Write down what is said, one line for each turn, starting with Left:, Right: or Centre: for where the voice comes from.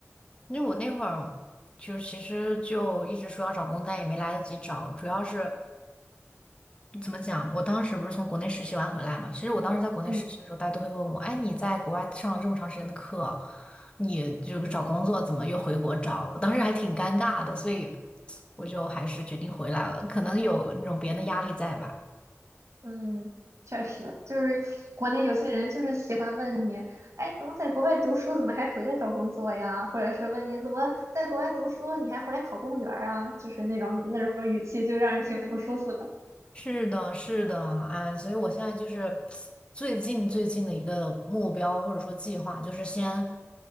Left: 因为我那会儿就是其实就一直说要找工作，但也没来得及找。主要是怎么讲，我当时不是从国内实习完回来嘛，其实我当时在国内实习的时候，
Right: 嗯。
Left: 大家都会问我，哎，你在国外上了这么长时间的课，你就找工作怎么又回国找了？我当时还挺尴尬的，所以我就还是决定回来了。可能有那种别人的压力在吧。
Right: 嗯，确实，就是国内有些人就是喜欢问你，哎，怎么在国外读书，怎么还回来找工作呀？或者是问你怎么在国外读书，你还回来考公务员儿啊？就是那种那种语气，就让人挺不舒服的。
Left: 是的，是的，哎，所以我现在就是最近最近的一个目标或者说计划，就是先，